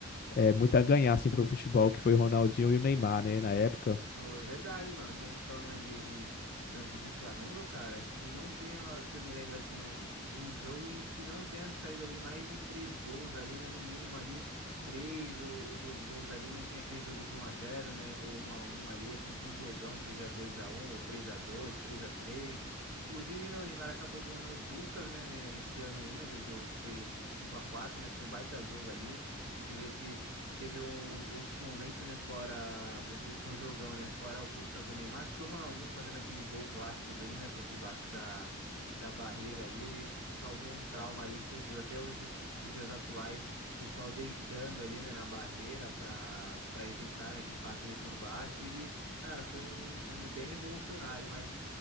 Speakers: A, on the left; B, on the right.
A: é, muito a ganhar, assim, pro futebol, que foi o Ronaldinho e o Neymar, né, na época.
B: Foi verdade, mano. Se a gente falando, né, de, de Santos e Flamengo, cara, acho que não tem, ó, que eu me lembro assim, né? Um jogo em que não tenha saído ali mais de três gols ali, né? No mínimo ali, três ou, ou dois gols ali. Não tem aquele jogo de um a zero, né? Ou um a um ali. É sempre um jogão, seja 2 a um ou 3 a 2, 3 a 3. Inclusive, né, o Neymar acabou ganhando o Puskás, né, ne- nesse ano aí, né, do jogo que foi, acho que 5 a quatro, né? Foi um baita jogo ali. A gente vê que que teve uns outros momentos, né, fora, pra gente ver que foi um jogão, né, fora o Puskás do Neymar, que foi o Ronaldinho fazendo aquele gol clássico dele, né, por debaixo da, da barreira ali, ele acho que causou um trauma ali, você viu até hoje, nos dias atuais, o pessoal deitando ali, né, na barreira pra, pra evitar, né, que passe ele por baixo, ele, cara, foi um, um bem revolucionário, mas...